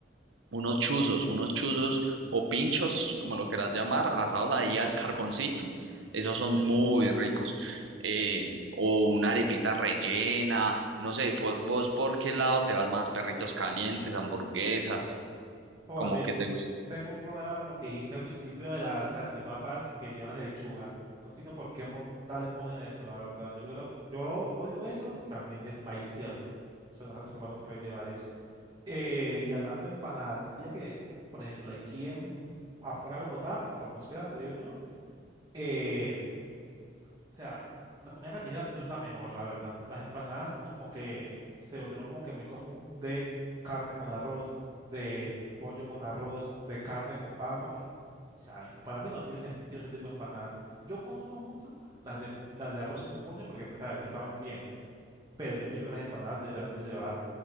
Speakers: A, on the right (about 90°); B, on the right (about 20°).
A: unos chuzos, unos chuzos o pinchos, como lo quieras llamar, asados ahí al carboncito. Esos son muy ricos. Eh, o una arepita rellena, no sé, po- vos por qué lado te vas más, perritos calientes, hamburguesas,
B: Joa,
A: como
B: yo
A: que te gusta.
B: tengo un problema con lo que dijiste al principio de las salchipapas que llevan lechuga. No entiendo por qué monda le ponen eso, la verdad. Yo creo, yo lo odio eso y también el maíz tierno. O sea, una salchipapa no puede llevar eso. Eh, y hablando de empanadas, pilla que, por ejemplo, aquí en, afuera de Bogotá, como por Mosquera, donde digo yo, eh, o sea, la comida callejera no es la mejor, la verdad. Las empanadas como que se volvieron como que muy común de carne con arroz, de pollo con arroz, de carne con papa, porque, o sea, y para mí no tiene sentido ese tipo de empanadas. Yo consumo mucho las de, las de arroz con pollo porque, pues, a ver, me saben bien pero yo pienso que las empanadas deberían de llevar